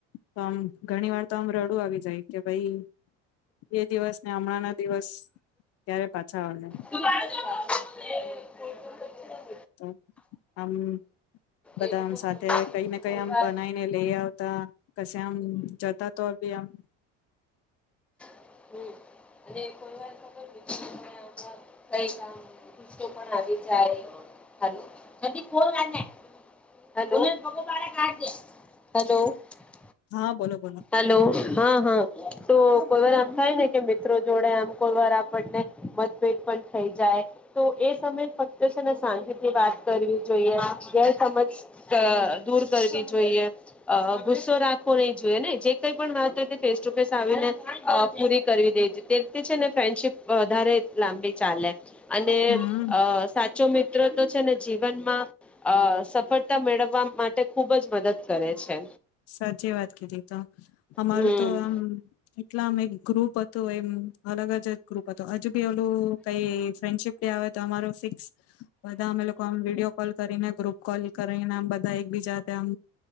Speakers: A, on the left; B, in the centre.
A: તો આમ ઘણી વાર તો આમ રડું આવી જાય કે ભઈ એ દિવસ ને હમણાં ના દિવસ ક્યારે પાછા હ <unintelligible>
B: હ <unintelligible>
A: તો આમ બધામ
B: એ લોકો
A: સાથે
B: જોડે
A: કઈને કઈ
B: કોઈ
A: આમ
B: વાર
A: બનાવીને લઈ આવતા કશે આમ જતા તો બી આમ
B: કો <unintelligible>
A: હા બોલો બોલો
B: હલો હા હા તું કોઈ વારા થઇ શકે મિત્રો જોડે આમ કો વાર આપણને મતભેદ પણ થઈ જાય તો એ સમયે ફક્ત છે ને શાંતિથી વાત કરવી જોઈએ ગેરસમજ દૂર અ કરવી જોઈએ અ ગુસ્સો રાખવો નહી જોઈએ ને જે કઈ પણ વાત ફેસ ટુ ફેસ આવીને અ પૂરી કરવી દેવી જોઈએ તે છે ને ફ્રેન્ડશીપ વધારે લાંબી ચાલે અને
A: હમ
B: અ સાચો મિ ત્રો છે ને જીવનમાં અ સફળતા મેળવવા માટે ખુબ જ મદદ કરે છે
A: સાચી વાત કીધી તો અમારું
B: હમ
A: તો આમ એટલામેં ગ્રુપ હતું એમ અલગ જ ગ્રુપ હતો હજુ બી ઓલું કઈ ફ્રેન્ડશીપ ડે આવે તો અમારો ફિક્સ બધા અમે લોકો વિડીયો કોલ કરીને ગ્રુપ કોલ કરીનેમ બધા એ બીજા તેમ